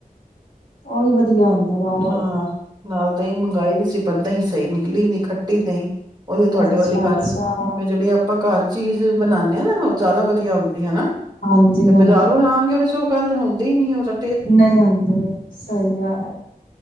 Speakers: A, on the left; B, on the right.
A: ਉਹ ਵੀ ਵਧੀਆ ਹੁੰਦੇ ਨੇ ਹੋਰ
B: ਹਾਂ। ਨਾਲ ਦਹੀਂ ਮੰਗਾਈ ਤੇ ਸੀ ਪਰ ਦਹੀਂ ਸਹੀ ਨਿਕਲੀ ਨ ਖੱ ਟੀ ਲਈ ਉਹੀ ਤੁਹਾਡੇ
A: ਅੱਛਾ-ਅੱਛਾ
B: ਵਾਲੀ ਗੱਲ ਮੈਂ ਜਿਹੜੇ ਆਪਾਂ ਘਰ ਚੀਜ਼ ਬਣਾਉਂਦੇ ਹਾਂ ਨਾ ਉਹ ਜ਼ਿਆਦਾ ਵਧੀਆ ਹੁੰਦੀ ਹਨਾ
A: ਹਾਂਜੀ-ਹਾਂਜੀ
B: ਤੇ ਬਾਜ਼ਾਰੋਂ ਲਵਾਂਗੇ ਉਹਦੇ ਚ ਉਹ ਗੱਲ ਹੁਣ ਹੀ ਨਹੀਂੀ ਉਹ ਦਾ
A: ਨਹੀਂ ਆਉਂਦੇ ਸਹੀ ਗੱਲ ਹੈ